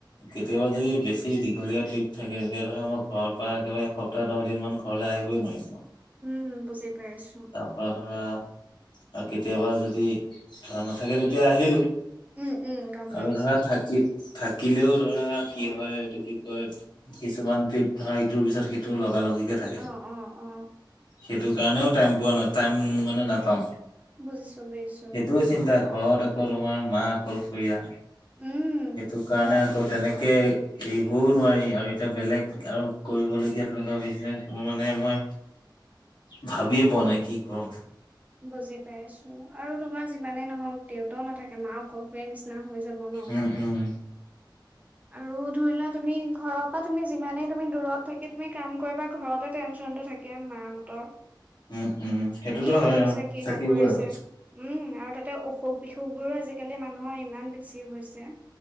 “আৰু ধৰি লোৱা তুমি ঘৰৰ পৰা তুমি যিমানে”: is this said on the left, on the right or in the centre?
Right